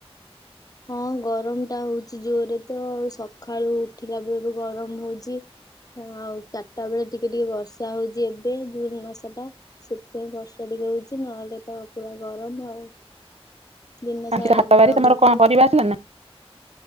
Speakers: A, on the left; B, on the right.
A: ହଁ ଗରମ ଟା ହଉଛି ଜୋରେ ତ ଆଉ ସକାଳୁ ଉଠିଲା ବେଳରୁ ଗରମ ହଉଛି। ଆଉ ଚାରିଟା ବେଳେ ଟିକେ ଟିକେ ବର୍ଷା ହଉଛି ଏବେ ଜୁନ ମାସ ଟା। ସେଥିପାଇଁ ବର୍ଷା ଟିକେ ହଉଛି ନହେଲେ ତ ପୁରା ଗରମ ଆଉ। ଦିନ ସାରା
B: ଆଜି ପା ହାଟ
A: ଝାଳ
B: ବାରି ତମର
A: ବହୁଛି।
B: କଣ ପରିବା ଆସିଲାନି ନା।